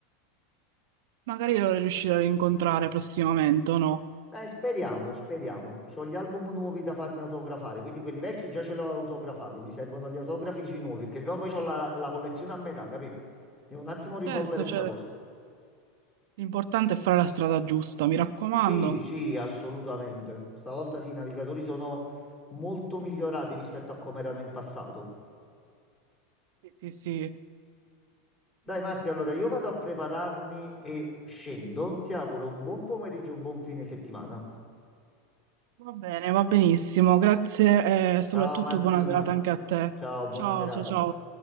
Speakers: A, on the right; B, on the left.
A: Magari lo riuscirò a rincontrare prossimamente, o no?
B: Eh, speriamo, speriamo. C'ho gli album nuovi da farmi autografare, quindi quelli vecchi già ce li ho autografati. Mi servono gli autografi sui nuovi, perché sennò poi ho la, la collezione a metà, capì? Devo un attimo risolvere
A: Certo,
B: sta
A: certo.
B: cosa.
A: L'importante è fare la strada giusta, mi raccomando.
B: Sì, sì, assolutamente. Stavolta sì, i navigatori sono molto migliorati rispetto a come erano in passato.
A: Sì, sì, sì.
B: Dai Marti, allora io vado a prepararmi e scendo. Ti auguro un buon pomeriggio e un buon fine settimana.
A: Va bene, va benissimo. Grazie e
B: Ciao
A: soprattutto
B: Martina.
A: buona serata anche a te.
B: Ciao, buona
A: Ciao,
B: serata.
A: ciao, ciao.